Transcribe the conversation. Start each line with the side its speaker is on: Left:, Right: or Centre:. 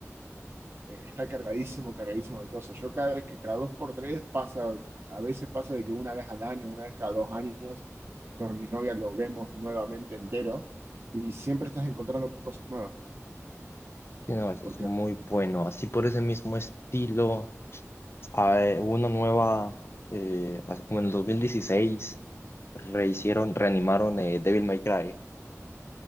Right: Eh, está cargadísimo, cargadísimo de cosas. Yo cada vez que cada dos por tres pasa, a veces pasa de que una vez al año, una vez cada dos años, con mi novia lo vemos nuevamente entero y siempre estás encontrando cosas nuevas.
Left: Sí, no, es,
Right: Porque,
Left: es muy bueno. Así por ese mismo estilo, hay una nueva, eh, hace- como en el 2016, rehicieron, reanimaron eh, Devil May Cry.